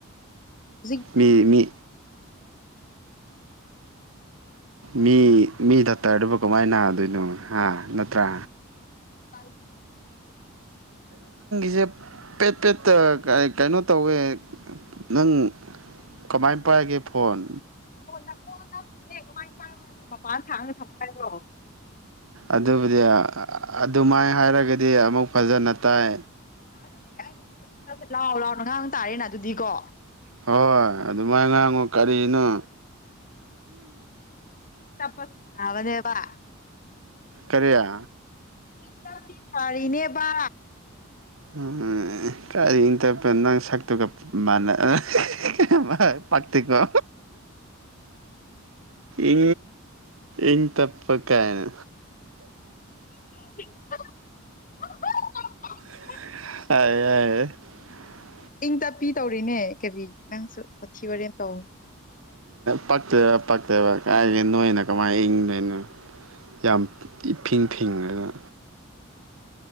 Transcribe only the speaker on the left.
ꯍꯧꯖꯤꯛ
ꯆ
ꯅꯀꯣ ꯅꯞꯄꯤꯤꯔꯦ ꯀꯃꯥꯏꯅ ꯇꯥꯏꯅꯣ ꯍꯥꯏꯕ꯭ꯔꯣ ꯃꯄꯥꯟ ꯁꯥꯡꯅ ꯊꯝꯃꯣ ꯍꯥꯏꯕ꯭ꯔꯣ
ꯑꯗꯨꯗꯤ ꯑꯩꯅ ꯈ ꯂꯥꯛꯑꯣ ꯂꯥꯛꯑꯣ ꯉꯥꯡ ꯇꯥꯔꯦꯅ ꯑꯗꯨꯗꯤꯀꯣ
ꯇ ꯄꯁ ꯅꯦꯕ
ꯇꯄꯤ ꯁꯥꯔꯤꯅꯦꯕ
<inaudible>
ꯏꯪ ꯇꯞꯄꯤ ꯇꯧꯔꯤꯅꯦ ꯀꯔꯤ ꯅꯪꯁꯨ ꯃꯤ ꯃꯔꯦꯟ ꯇꯥꯎꯟ